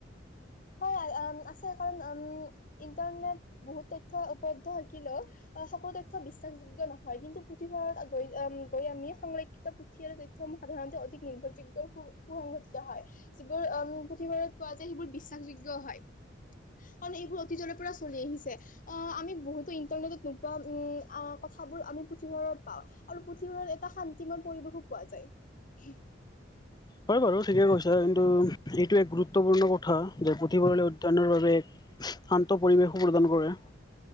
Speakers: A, on the left; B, on the left.
A: হয় আছে কাৰণ উম, ইন্টাৰনেট বহুত তথ্য উপলব্ধ থাকিলেও অহ সকলো তথ্য বিশ্বাসযোগ্য নহয় কিন্তু পুথিভঁৰালত গৈ গৈ আমি সংৰক্ষিত তথ্যসমূহ সাধাৰণতে অধিক নিৰ্ভৰযোগ্য সু- সংগঠিত হয়। যিবোৰ পুথিভঁৰাল পোৱা যায়, সেইবোৰ বিশ্বাসযোগ্য হয়। কাৰণ এইবোৰ অতীতৰ পৰাই চলি আহিছে। আহ, আমি বহুতো ইন্টাৰনেটত নোপোৱা, কথাবোৰ আমি পুথিভঁৰালত পাওঁ। আৰু পুথিভঁৰালত এটা শান্তিময় পৰিৱেশো পোৱা যায়।
B: হয় বাৰু, ঠিকে কৈছা। কিন্তু এইটো এক গুৰুত্বপূৰ্ণ কথা যে পুথিভঁৰাল অধ্যনৰ বাবে এক শান্ত পৰিৱেশো প্ৰদান কৰে।